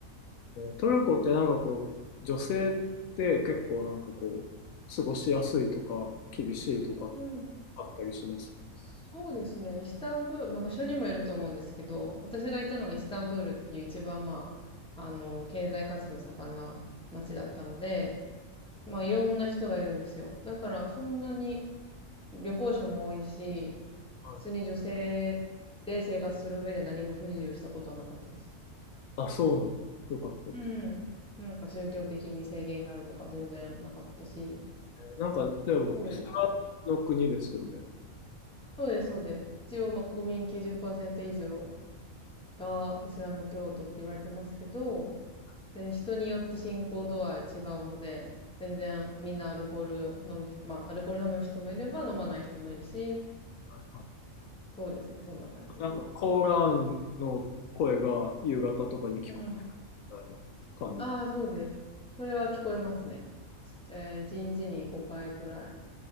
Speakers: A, on the left; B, in the centre.
A: えートルコってなんかこう、女性って結構なんかこう、過ごしやすいとか、厳しいとか
B: うん
A: あったりします。
B: そうですね。イスタンブール、まあ場所にもよると思うんですけど、私が行ったのはイスタンブールっていう一番まあ、あの、経済活動盛んな街だったので、まあいろんな人がいるんですよ。だからそんなに旅行者も多いし、
A: はい。
B: 普通に女性で生活する上で何も不自由したことはなかったです。
A: あ、そうなんだ。よかったです。
B: うん。なんか宗教的に制限があるとかは全然なかったし、
A: えーなんかでも、
B: すごい。
A: イスラムの国ですよね。
B: そうです、そうです。一応まあ国民90%以上がイスラム教徒って言われてますけど、
A: はい。
B: で、人によって信仰度合い違うので、全然みんなアルコール飲む人、まあ、アルコール飲む人もいれば飲まない人もいるし、
A: はいはい
B: そうですね、そんな感じ。
A: なんかコーランの声が夕方とかに聞こえるみたいな感じだ。
B: うんうん。ああ、そうです。それは聞こえますね。えー、1日に5回くらい。